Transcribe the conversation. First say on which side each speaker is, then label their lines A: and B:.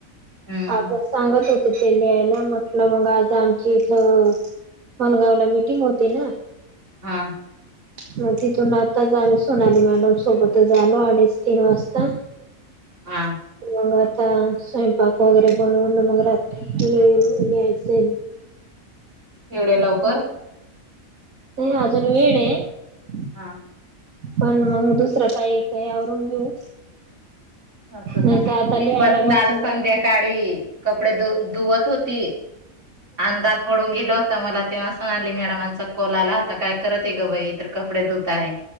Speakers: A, on the right (about 60°); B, on the right (about 75°).
A: हम्म
B: आपलं सांगत होते ते लियायला. म्हटलं मग आज आमची इथं मनगावला मिटिंग होती ना.
A: हा
B: मग तिथून आताच आम्ही सोनाली मॅडम सोबतच आलो. अडीच तीन वाजता.
A: हा
B: वंगात आता स्वयंपाक वगैरे बनवून मग रात्री लि लिहायच आहे.
A: एवढ्या लवकर.
B: नाही अजून वेळ आहे.
A: हा
B: पण मग दुसरं काही काही आवरून घेऊ.
A: असं
B: नाही
A: का,
B: तर आता
A: मी
B: लिहायला
A: पण
B: बसले
A: काल संध्याकाळी कपडे धु धुवत होती. अंधार पडून गेला होता मला. तेव्हा सोनाली मॅडम चा काॅल आला होता. काय करत आहे गं बाई? तर कपडे धुत आहे,